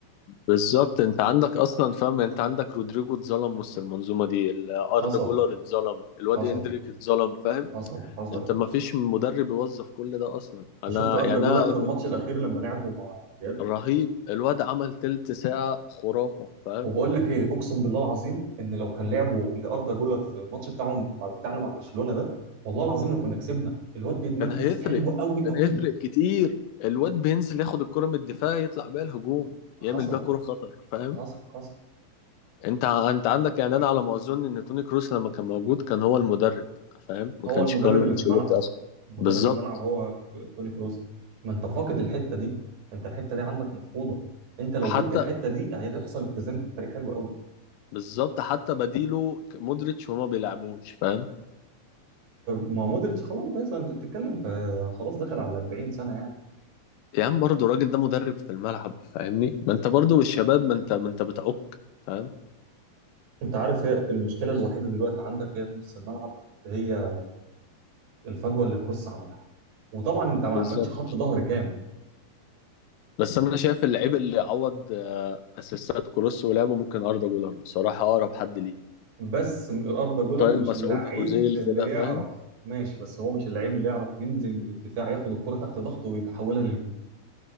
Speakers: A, on the left; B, on the right.
A: بالظبط انت عندك اصلا فاهم انت عندك رودريجو اتظلم وسط المنظومه دي ال- اردا
B: حصل
A: جولر اتظلم الواد
B: حصل
A: اندريك اتظلم فاهم
B: حصل حصل
A: انت ما فيش مدرب يوظف كل ده اصلا انا
B: انت شفت اردا
A: يعني انا
B: جولر في
A: ك-
B: الماتش الاخير لما لعبوا مع الريال
A: رهيب الواد عمل تلت ساعه خرافه فاهم
B: وبقول لك ايه اقسم بالله العظيم ان لو كان لعبوا لاردا جولر في الماتش بتاعهم بتاعنا مع برشلونه ده والله العظيم لو كنا كسبنا الواد بيتمركز
A: كان هيفرق
B: حلو قوي
A: كان
B: قوي
A: هيفرق كتير الواد بينزل ياخد الكرة من الدفاع يطلع بيها الهجوم
B: حصل
A: يعمل بيها كرة خطر فاهم
B: حصل حصل
A: انت ع- انت عندك يعني انا على ما اظن ان توني كروس لما كان موجود كان هو المدرب فاهم ما
B: هو
A: كانش
B: المدرب
A: كارلو
B: اللي
A: انشيلوتي
B: في الملعب
A: اصلا
B: مدرب
A: بالظبط
B: الملعب هو توني كروس ما انت فاقد الحته دي انت الحته دي عندك مفقوده انت لو
A: حتى
B: جبت الحته دي هيحصل اتزان في الفريق حلو قوي
A: بالظبط حتى بديله ك- مودريتش وما بيلعبوش فاهم
B: ما مودريتش خلاص بس انت بتتكلم في خلاص داخل على 40 سنه يعني
A: يا عم برضه الراجل ده مدرب في الملعب فاهمني ما انت برضه الشباب ما انت ما انت بتعك فاهم
B: انت عارف هي المشكله الوحيده دلوقتي عندك هي في نص الملعب هي الفجوه اللي كروس عملها وطبعا انت ما
A: بالظبط
B: عندكش خط ظهر كامل
A: بس انا شايف اللعيب اللي عوض آه، اسيستات كروس ولعبه ممكن اردا جولر بصراحه اقرب حد ليه
B: بس اردا جولر
A: طاهر
B: مش
A: مسعود
B: اللعيب
A: اوزيل
B: اللي
A: كده فاهم
B: يعرف ماشي بس هو مش اللعيب اللي يعرف ينزل من الدفاع ياخد الكرة تحت ضغطه ويحولها